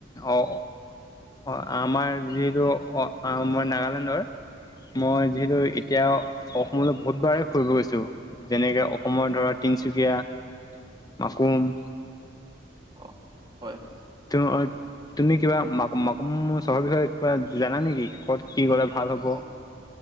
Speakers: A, on the left; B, on the right.
A: অ অ, আমাৰ যিহেতু অ আমাৰ নাগালেণ্ডৰ মই যিহেতু এতিয়া অসমলৈ বহুতবাৰে ফুৰিব গৈছো। যেনেকৈ অসমৰ ধৰা তিনিচুকীয়া, মাকুম
B: অ হয় হয়।
A: অ, তুমি কিবা মা মাকুম চহৰ বিষয়ে কিবা জানা নেকি ক'ত কি কলে ভাল হ'ব,?
B: অ